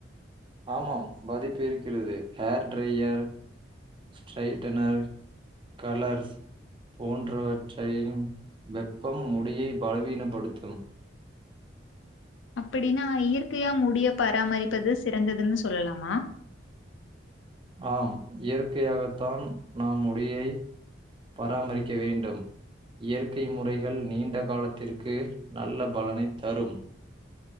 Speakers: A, on the right; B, on the left.
A: ஆமாம் பாதிப்பு இருக் கிறது ஹேர் ட்ரையர் ஸ்ட்ரைட்டனர் கலர்ஸ் போன்றவற்றையும் வெப்பம் முடியை பலவீனப்படுத்தும்
B: அப்படின்னா இயற் கையா முடிய பராமரிப்பது சிறந்ததுன்னு சொல்லலாமா
A: ஆம் இயற்கையாகத்தான் நாம் முடியை பராமரிக்க வேண்டும் இயற்கை முறைகள் நீண்ட காலத்திற்கு நல்ல பலனை தரும்